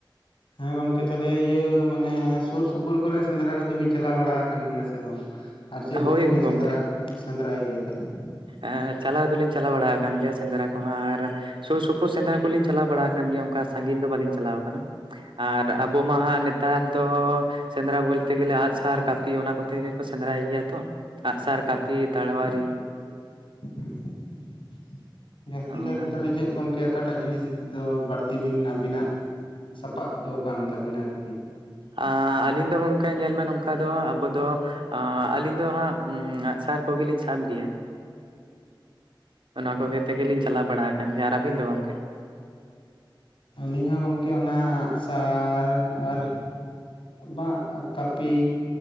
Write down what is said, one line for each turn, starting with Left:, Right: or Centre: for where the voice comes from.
Left: ᱦᱮᱸ ᱜᱚᱝᱠᱮ ᱛᱟᱦᱚᱞᱮ ᱤᱭᱟᱹ ᱢᱟᱱᱮ ᱥᱩᱨ-ᱥᱩᱯᱳᱨ ᱠᱚᱨᱮ ᱥᱮᱸᱫᱽᱨᱟ ᱠᱚᱫᱚ ᱵᱤᱱ ᱪᱟᱞᱟᱣ ᱵᱟᱲᱟ ᱠᱟᱱ ᱜᱤᱭᱟ ᱥᱮ ᱵᱟᱝ? ᱟᱨ ᱪᱮᱫ ᱠᱚᱛᱮ
Right: ᱦᱳᱭ
Left: ᱵᱤᱱ ᱥᱮᱸᱫᱽᱨᱟ
Right: ᱜᱚᱢᱠᱮ
Left: ᱥᱮᱸᱫᱽᱨᱟᱭ ᱜᱤᱭᱟ ᱛᱟᱦᱚᱞᱮ?
Right: ᱮᱸ ᱪᱟᱞᱟᱣ ᱫᱚᱞᱤᱧ ᱪᱟᱞᱟᱣ ᱵᱟᱲᱟ ᱠᱟᱱ ᱜᱮᱭᱟ ᱥᱮᱸᱫᱽᱨᱟ ᱠᱚᱦᱚᱸ ᱟᱨ ᱥᱳᱨ ᱥᱳᱯᱳᱨ ᱥᱮᱸᱫᱽᱨᱟ ᱠᱚᱞᱤᱧ ᱪᱟᱞᱟᱣ ᱵᱟᱲᱟ ᱠᱟᱱ ᱜᱮᱭᱟ ᱚᱱᱠᱟ ᱥᱟᱺᱜᱤᱧ ᱫᱚ ᱵᱟᱹᱞᱤᱧ ᱪᱟᱞᱟᱣ ᱠᱟᱱᱟ᱾ ᱟᱨ ᱟᱵᱚ ᱢᱟ ᱦᱟᱸᱜ ᱱᱮᱛᱟᱨ ᱫᱚ ᱥᱮᱸᱫᱽᱨᱟ ᱵᱳᱞ ᱛᱮ ᱜᱮᱞᱮ ᱟᱸᱜ-ᱥᱟᱨ, ᱠᱟᱹᱯᱤ ᱚᱱᱟ ᱠᱚᱛᱮ ᱜᱮ ᱠᱚ ᱥᱮᱸᱫᱽᱨᱟᱭ ᱜᱮᱭᱟ ᱛᱚ᱾ ᱟᱸᱜ- ᱥᱟᱨ, ᱠᱟᱹᱯᱤ, ᱛᱟᱲᱣᱟᱨᱤ
Left: ᱦᱩᱸ, ᱡᱟᱹᱥᱛᱤ
Right: ᱚᱱᱟ
Left: ᱠᱟᱭᱛᱮ ᱛᱟᱦᱞᱮ
Right: ᱠᱚᱜᱮ
Left: ᱪᱮᱫ ᱜᱚᱝᱠᱮ ᱠᱟᱴᱟᱜ ᱡᱤᱱᱤᱥ ᱫᱚ ᱵᱟᱲᱛᱤ ᱵᱤᱱ ᱟᱵᱤᱱᱟᱜ ᱥᱟᱯᱟᱵ ᱫᱚ ᱠᱟᱱ ᱛᱟᱹᱵᱤᱱᱟ ᱟᱨᱠᱤ?
Right: ᱟᱸ ᱟᱹᱞᱤᱧ ᱫᱚ ᱜᱚᱝᱠᱮ ᱧᱮᱞ ᱢᱮ ᱱᱚᱝᱠᱟ ᱫᱚ ᱟᱵᱚ ᱫᱚ ᱟᱸ ᱟᱹᱞᱤᱧ ᱫᱚ ᱦᱟᱸᱜ ᱟᱸᱜ ᱥᱟᱨ ᱠᱚᱜᱮᱞᱤᱧ ᱥᱟᱵ ᱜᱤᱭᱟ᱾ ᱚᱱᱟ ᱠᱚᱜᱮ ᱛᱮᱜᱮᱞᱤᱧ ᱪᱟᱞᱟᱣ ᱵᱟᱲᱟ ᱠᱟᱱ ᱜᱮᱭᱟ ᱟᱨ ᱟᱹᱵᱤᱱ ᱫᱚ ᱜᱚᱝᱠᱮ
Left: ᱟᱹᱞᱤᱧ ᱦᱚᱸ ᱜᱚᱢᱠᱮ ᱚᱱᱟ ᱟᱸᱜ ᱥᱟᱨ ᱟᱨ ᱵᱟᱝ ᱠᱟᱹᱯᱤ